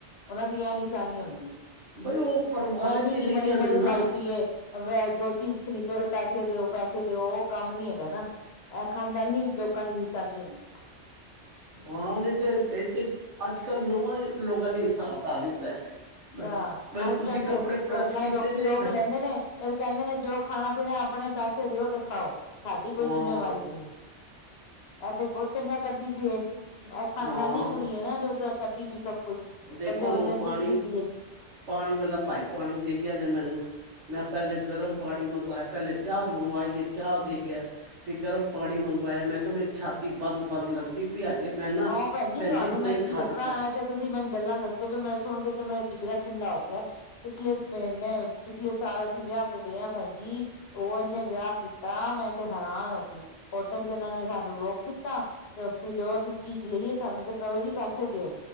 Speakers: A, on the left; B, on the right.
A: ਉਹਨਾਂ ਦੀ ਇਹ ਨਿਸ਼ਾਨੀ ਹੁੰਦੀ
B: ਬਈ ਉਹ ਪਰਿਵਾਰਾਂ
A: ਐਹ ਨੀ
B: ਚ
A: ਕਿ
B: ਰਹੀਆਂ
A: ਮਰੂ ਮਰੂ
B: ਨੇ ਨਾ
A: ਲਾਈ ਪੀ ਏ ਜੋ ਚੀਜ਼ ਖਰੀਦੋ ਪੈਸੇ ਦਿਓ ਪੈਸੇ ਦਿਓ ਉਹ ਕੰਮ ਨੀ ਹੈਗਾ ਨਾ ਇਹ ਖਾਨਦਾਨੀ ਲੋਕਾਂ ਦੀ ਨਿਸ਼ਾਨੀ ਹੁੰਦੀ।
B: ਹਾਂ ਨਹੀਂ ਤੇ ਇਥ ਤੇ ਅੱਜ ਕੱਲ੍ਹ ਲੋਹਾਂ ਲੋਗਾ ਨੇ ਹਿੱਸਾਬ ਲਾ ਲਿੱਤਾ ਬ-
A: ਆ
B: ਬਈ
A: ਅੱਜ
B: ਤੁਸੀਂ
A: ਕੱਲ ਤੇ
B: ਕੱਪੜੇ ਪ੍ਰੈਸ
A: ਹੋਟਲਾਂ
B: ਕੀਤੇ
A: ਚ ਰੋਕੀ
B: ਨੇ
A: ਰੋਕ
B: ਕ-
A: ਲੈਂਦੇ ਨੇ ਫੇਰ ਕਹਿੰਦੇ ਨੇ ਜੋ ਖਾਣਾ ਪੀਣਾ ਆਪਣੇ ਪੈਸੇ ਦਿਓ ਤੇ ਖਾਓ ਸਾਡੀ ਕੋਈ
B: ਹਾਂ
A: ਜਿੰਮੇਵਾਰੀ ਨਹੀਂ ਹੈ। ਐ ਤੇ ਬਹੁਤ ਚੰਗਾ ਕਰਦੀ ਪੀ ਏ ਇਹ ਖਾਨਦਾਨੀ
B: ਹਾਂ
A: ਕੁੜੀ ਏ ਨਾ ਜੋ ਕਰਦੀ ਪਈ ਸਭ ਕੁਛ
B: ਦੇਖੋ
A: ਬੰਦੇ ਬੰਦੇ
B: ਹੁਣ
A: ਨੂੰ
B: ਪਾਣੀ
A: ਪੁੱਛਦੀ ਪਈ
B: ਪਾਣੀ ਵਾਲਾ ਭਾਈ ਪਾਣੀ ਦੇ ਗਿਆ ਨੇ ਮੈਨੂੰ ਮੈਂ ਪਹਿਲੇ ਗਰਮ ਪਾਣੀ ਮੰਗਵਾਯਾ ਪਹਿਲੇ ਚਾਹ ਮੰਗਵਾਈ ਏ ਚਾਹ ਦੇ ਗਿਆ ਫੇਰ ਗਰਮ ਪਾਣੀ ਮੰਗਵਾਯਾ ਮੈਂ ਕਿਹਾ ਮੇਰੀ ਛਾਤੀ ਬੰਦ ਬੰਦ ਲੱਗਦੀ ਪਈ ਆਜ ਮੈਂ ਨਾ
A: ਹਾਂ ਭੈਣ ਜੀ
B: ਭੈਣਜੀ
A: ਤੁਹਾਨੂੰ ਮੈਂ
B: ਦਹੀ
A: ਕੀ
B: ਖਾ
A: ਦੱਸਾਂ
B: ਲਿਤਾ
A: ਐ ਤੇ ਤੁਸੀਂ ਮੈਨੂੰ ਗੱਲਾਂ ਦੱਸੋਗੇ ਮੈਂ ਸੁਣ ਕੇ ਤੇ ਮੇਰਾ ਜਿਗਰਾ ਠੰਡਾ ਹੋ ਗਯਾ। ਪਿਛਲੇ ਮਹੀਨੇ ਪਿਛਲੇ ਸਾਲ ਅਸੀਂ ਵਿਆਹ ਤੇ ਗਏ ਆ ਭੈਣ ਜੀ- ਉਹ ਐਨੇ ਵਿਆਹ ਕੀਤਾ ਮੈਂ ਤੇ ਹੈਰਾਨ ਹੋ ਗਈ ਹੋਟਲ ਚ ਇਹਨਾਂ ਨੇ ਸਾਨੂੰ ਰੋਕ ਦਿੱਤਾ ਤੇ ਉੱਥੇ ਜੋ ਅਸੀਂ ਚੀਜ਼ ਲਈ ਏ ਸਾਨੂੰ ਤੇ ਕਹਵੇ ਜੀ ਪੈਸੇ ਦਿਓ